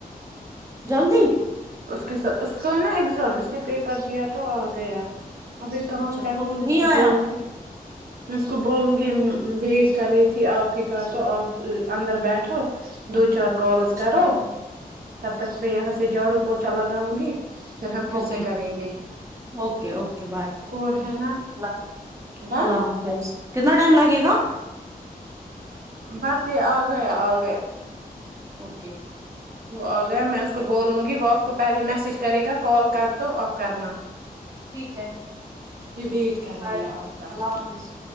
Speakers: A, on the right; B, on the right.
A: جلدی
B: اس کے ساتھ اس کا ہے نا ایگزام اس نے پیپر دیا تو آ گیا اب ایک کام
A: اچھا
B: کرنے
A: فوٹو نہیں
B: میں اس کو
A: آیا
B: بولوں گی میں اس کو بولوں گی ویٹ کر رہی تھی آپ ہی کا تو آپ اندر بیٹھو دو چار کالز
A: اچھا
B: کرو تب تک میں یہاں سے جھاڑو پوچھا لگاؤں گی پھر ہم پھر
A: اوکے
B: سے کریں گے
A: اوکے اوکے بائے
B: اور ہے نا
A: اللہ
B: ڈن
A: اللہ حافظ کتنا ٹائم لگے گا
B: بس یہ آ گیا آ گیا
A: اوکے
B: وہ آ گیا میں اس کو بولوں گی وہ آپ کو پہلے میسج کرے گا کال کرو تو آپ کرنا
A: ٹھیک ہے
B: میں ویٹ کر رہی
A: بائے
B: ہوں آپ کا
A: اللہ
B: <inaudible>
A: حافظ